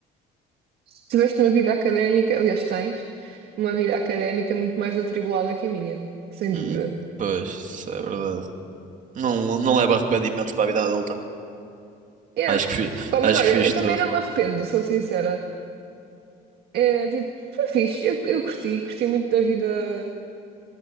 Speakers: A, on the right (about 70°); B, on the right (about 50°).
A: Se tiveste uma vida académica, aliás, tens uma vida académica muito mais atribulada que a minha, sem
B: Hum,
A: dúvida.
B: pois, isso é verdade. Não, não leva arrependimentos para a vida adulta.
A: Yeah.
B: Acho que fiz,
A: Pá, mas
B: acho
A: olha,
B: que fiz
A: eu também
B: tudo.
A: não me arrependo, sou sincera. É tipo, foi fixe, eu, eu curti, curti muito da vida,